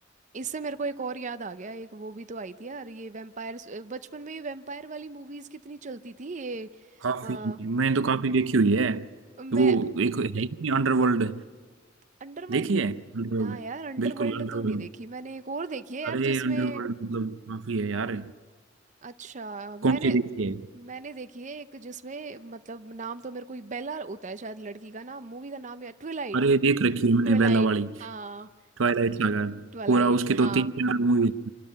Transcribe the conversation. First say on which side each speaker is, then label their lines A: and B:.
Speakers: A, on the right (about 40°); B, on the right (about 80°).
A: इससे मेरे को एक और याद आ गया एक वो भी तो आई थी यार ये वैम्पायर्स बचपन में ये वैम्पायर वाली मूवीज कितनी चलती थी ये
B: काफी
A: आ,
B: मैंने तो काफी देखी हुई है
A: मैं
B: वो एक है ही अंडरवर्ल्ड
A: अंडरवर्ल्ड
B: देखी है अंडरवर्ल्ड
A: ना यार अंडरवर्ल्ड
B: बिल्कुल अंडरवर्ल्ड
A: तो नहीं देखी मैंने एक और देखी है यार
B: अरे
A: जिसमें
B: अंडरवर्ल्ड मतलब काफी है यार
A: अच्छा मैंने
B: कौन सी देखी है
A: मैंने देखी है एक जिसमें मतलब नाम तो मेरे को बेला होता है शायद लड़की का नाम मूवी का नाम या ट्विलाइट।
B: अरे देख रखी है मैंने
A: ट्विलाइट
B: बेला वाली
A: हाँ
B: ट्वाइलाइट सागा
A: ट्विलाइट
B: पूरा उसकी
A: हाँ
B: तो तीन चार मूवी